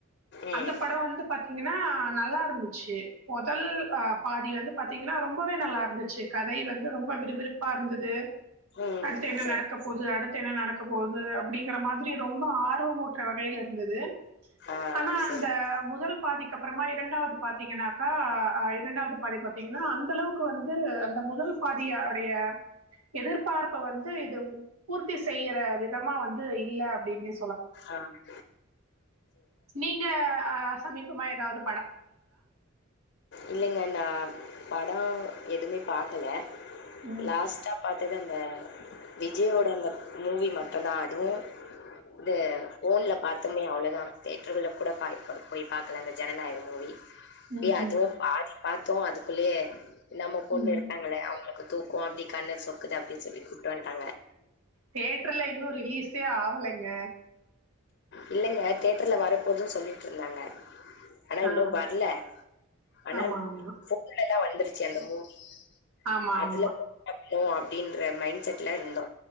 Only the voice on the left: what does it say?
ம்
ம்
சரி
ஆ
சரி
ஆமா
இல்லிங்க நா படோ எதுமே பாக்கல
லாஸ்டா பாத்தது அந்த விஜயோட அந்த மூவி மட்டுந்தா அதுவு இது ஓன்ல பாத்தமே அவ்ளோதா தேட்டர்கல கூட பாய் போய் பாக்கல அந்த ஜனநாயகம் மூவி
ஏ அதுவு பாதி பாத்தோ அதுக்குள்ளயே நம்ம பொண்ணு
இருக்காங்கள அவுங்ளுக்கு தூக்கோ அப்டி கண்ணா சொ திட அப்டின் சொல்லி கூட்டு வந்ட்டாங்க
இல்லங்க தேட்டர்ல வர போதுன்னு சொல்லிட்டிருந்தாங்க ஆனா
இன்னு வர்ல ஆனான்
ஃபோன்ல தா வந்துருச்சு அந்த மூவி
அதுல
<unintelligible> அப்டின்ற மைண்ட் செட்ல இருந்தோ